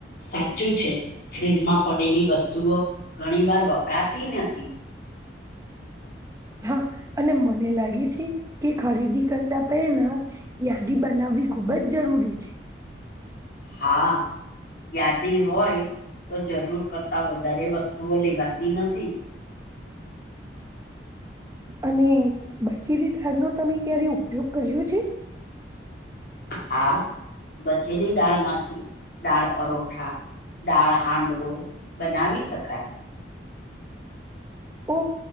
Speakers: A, on the left; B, on the right.
A: સાચું છે, ફ્ર્રીજમાં પડેલી વસ્તુઓ ઘણી વાર વપરાતી નથી.
B: હા અને મને લાગે છે, કે ખરીદી કરતા પહેલા યાદી બનાવ વી ખૂબ જ જરૂરી છે.
A: હા યાદી હોય તો જરૂર કરતાં વધારે વસ્તુઓ લેવાતી નથી. <inaudible>
B: અને બચેલી દાળનો તમે ક્યારે ઉપયોગ કર્યો છે?
A: હા બચેલી દાળમાંથી દાળ પરોઠા દાળ હાંડવો બનાવી શકાય
B: ઓ